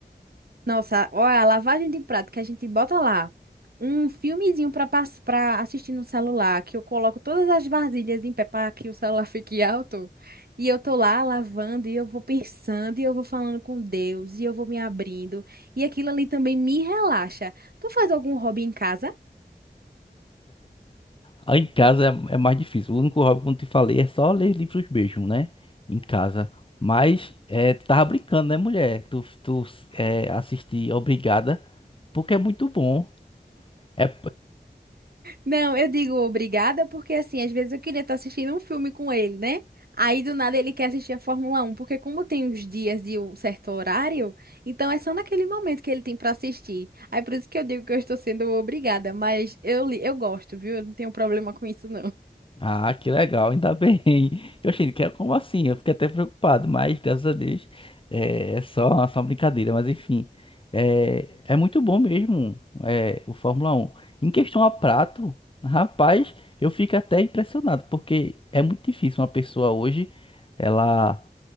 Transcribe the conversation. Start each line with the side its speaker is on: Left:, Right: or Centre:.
Right: Nossa, olha, a lavagem de prato que a gente bota lá. Um filmezinho para para assistir no celular, que eu coloco todas as vasilhas em pé para que o celular <laughs> fique alto. E eu tô lá lavando e eu vou pensando e eu vou falando com Deus e eu vou me abrindo. E aquilo ali também me relaxa. Tu faz algum hobby em casa?
Left: Ah, Em casa é, é mais difícil. O único hobby, como te falei, é só ler livros mesmo, né? Em casa. Mas, é, tu tava brincando, né, mulher? Tu, tu é, assistir Obrigada, porque é muito bom. É,
Right: Não, eu digo obrigada porque, assim, às vezes eu queria estar assistindo um filme com ele, né? Aí do nada ele quer assistir a Fórmula Um, porque como tem os dias e o certo horário, então é só naquele momento que ele tem para assistir. Aí por isso que eu digo que eu estou sendo obrigada, mas eu, li- eu gosto, viu? Eu não tenho problema com isso, não. <laughs>
Left: Ah, que legal, ainda bem. <laughs> Eu achei que era como assim? Eu fiquei até preocupado, mas graças a Deus é, é só, é só uma brincadeira. Mas enfim, é, é muito bom mesmo é, o Fórmula Um. Em questão a prato, rapaz, eu fico até impressionado, porque é muito difícil uma pessoa hoje, ela